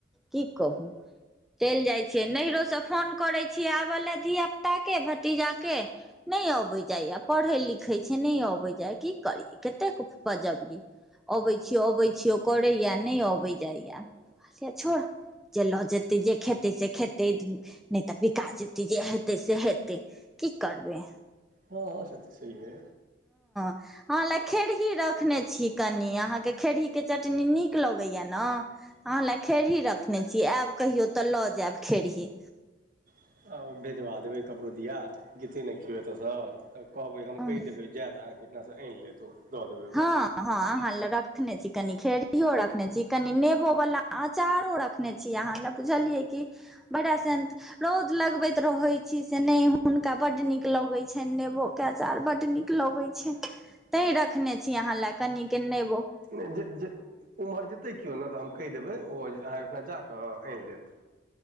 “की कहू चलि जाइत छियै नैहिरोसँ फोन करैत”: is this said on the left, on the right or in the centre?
Centre